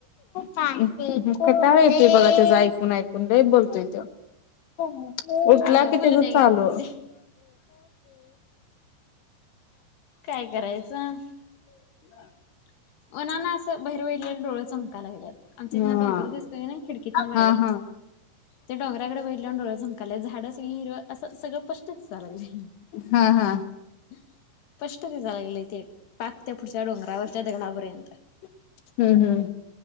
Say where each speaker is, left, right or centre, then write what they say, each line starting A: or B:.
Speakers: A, on the left; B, on the left.
A: आ कटाळ येतुय बघा तेच ऐकून ऐकून. लय बोलतोय त्यो उठला
B: अ
A: कि
B: बोलू
A: त्याच
B: दे
A: चालू
B: घ्या बोलू दे काय करायचं. <inaudible> उनान असं बाहीर बघितलंल डोळ चमकाय लागल्यात. आमच्या इतन
A: हा
B: डोंगर दिसतोय नाई खिडकीतन बाहेर.
A: हा हा
B: ते डोंगराकड बघितल्यावर डोळ्या चमकायला लागल्यात झाड सगळी हीर असं सगळं स्पष्ट दिसायला लागलय. हम
A: हा
B: स्पष्ट दिसाय लागलय ते. पाक त्या पुढच्या डोंगरावरच्या दगडापर्यंत
A: हम्म हम्म